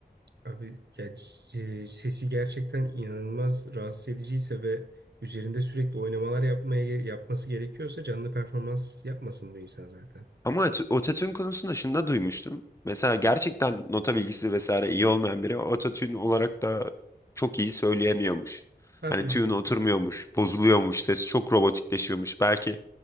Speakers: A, on the right; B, on the left.
A: Abi ya c- sesi gerçekten inanılmaz rahatsız ediciyse ve üzerinde sürekli oynamalar yapmaya ge- yapması gerekiyorsa canlı performans yapmasın bu insan zaten.
B: Ama ot- ototune konusunda şunu da duymuştum. Mesela gerçekten nota bilgisi vesaire iyi olmayan biri ototune olarak da çok iyi söyleyemiyormuş.
A: Abi
B: Hani tune oturmuyormuş, bozuluyormuş, ses çok robotikleşiyormuş. Belki